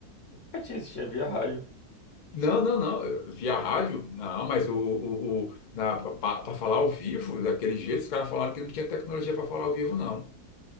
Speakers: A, on the left; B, on the left.
A: eu tinha existido, via rádio.
B: Não, não, não. eu- Via rádio? Não, mas o, o, o, na, para falar ao vivo, daquele jeito, os caras falaram que não tinha tecnologia para falar ao vivo, não.